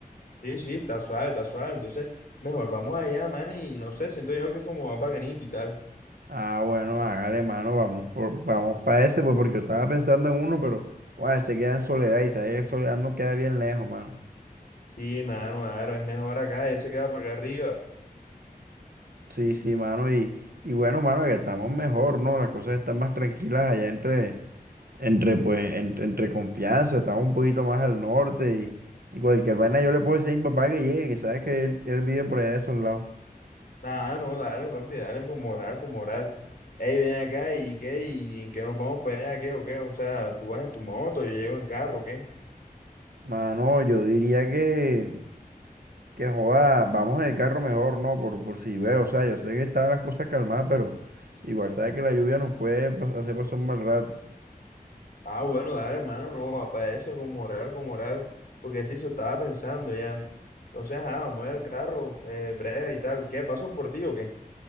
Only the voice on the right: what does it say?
Ah, bueno, hágale, mano, vamos por, vamos para ese, pues, porque yo estaba pensando en uno, pero, bueno, se queda en Soledad y sabes que Soledad no queda bien lejos, mano.
Sí, sí, mano, y, y bueno, mano, ya estamos mejor, ¿no? Las cosas están más tranquilas allá entre, entre, pues, entre, entre confianza, estamos un poquito más al norte y, y cualquier vaina yo le puedo decir a mi papá que llegue, que sabes que él, él vive por allá de esos lados.
Mano, yo diría que... Que joda, vamos en el carro mejor, ¿no? Por, por si veo, o sea, yo sé que están las cosas calmadas, pero igual sabes que la lluvia nos puede pas- hacer pasar un mal rato.